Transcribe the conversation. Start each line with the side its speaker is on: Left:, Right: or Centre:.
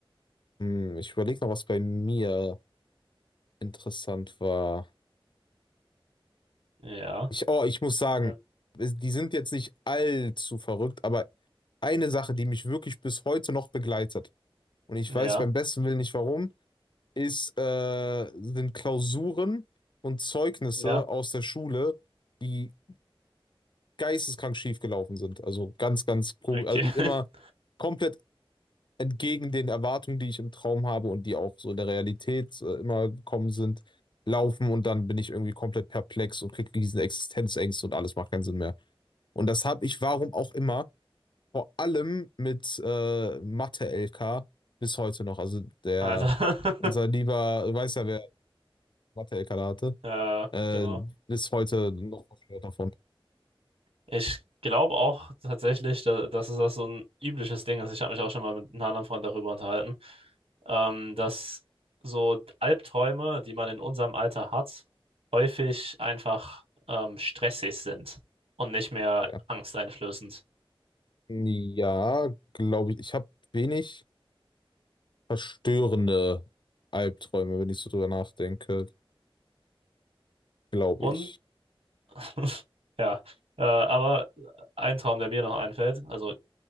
Left: Hm, ich überlege noch was bei mir. interessant war.
Right: Ja,
Left: Ich, oh, ich muss sagen,
Right: ja,
Left: es- die sind jetzt nicht allzu verrückt, aber eine Sache, die mich wirklich bis heute noch begleitet, und ich
Right: ja,
Left: weiß beim besten Willen nicht warum, ist, äh, sind Klausuren und Zeugnisse
Right: ja,
Left: aus der Schule, die geisteskrank schief gelaufen sind. Also ganz, ganz komisch,
Right: okay.
Left: also immer
Right: <laughs>
Left: komplett entgegen den Erwartungen, die ich im Traum habe und die auch so in der Realität äh, immer gekommen sind, laufen und dann bin ich irgendwie komplett perplex und kriege riesen Existenzängste und alles macht keinen Sinn mehr. Und das habe ich, warum auch immer, vor allem mit äh, Mathe-LK bis heute noch. Also der,
Right: Also,
Left: unser
Right: <laughs>
Left: lieber, du weißt ja, wer Mathe-LK da hatte,
Right: ja,
Left: äh,
Right: genau.
Left: bis heute noch verstört davon.
Right: Ich glaube auch tatsächlich, da, das ist das so ein übliches Ding. ist. ich habe mich auch schon mal mit einem anderen Freund darüber unterhalten, ähm, dass so Albträume, die man in unserem Alter hat, häufig einfach ähm, stressig sind und nicht mehr
Left: Ja,
Right: angsteinflößend.
Left: ja glaube ich. Ich habe wenig verstörende Albträume, wenn ich so drüber nachdenke. glaube
Right: Und
Left: ich.
Right: <laughs> ja, äh, aber ein Traum, der mir noch einfällt, also